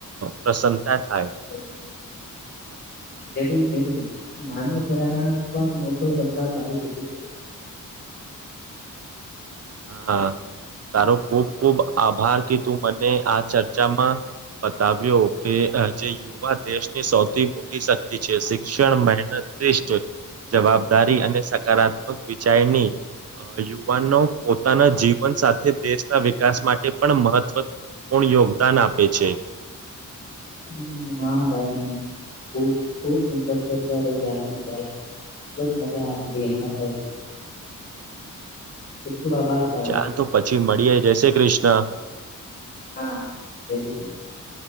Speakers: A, on the right (about 50°); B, on the left (about 30°).
A: પ્રસન્નતા થાય.
B: <inaudible>
A: <inaudible>
B: જરૂર જરૂર નાનો પ્રયાસ પણ મોટો બદલાવ લાગી શકે છે.
A: <inaudible> હા તારો ખુબ ખુબ આભાર કે તું મને આ ચર્ચામાં બતાવ્યો કે જે યુવા દેશની સૌથી મોટી શક્તિ છે, શિક્ષણ, મહેનત શ્રેષ્ઠ જવાબદારી અને સકારાત્મક વિચારની યુવાનો પોતાના જીવન સાથે દેશના વિકાસ માટે પણ મહત્વ પુણ્ય યોગદાન આપે છે.
B: હમ્મ હા ભાઈ ખૂબ ખૂબ સુંદર ચર્ચા રહી આંનદ ભાઈ એટલો જ મજા આવી ગઈ આનંદ આવી ગયો. ખુબ ખુબ આભાર તારો
A: ચાલ તો પછી મળીએ જય શ્રી કૃષ્ણ
B: હા જય શ્રી ક્રિષ્ના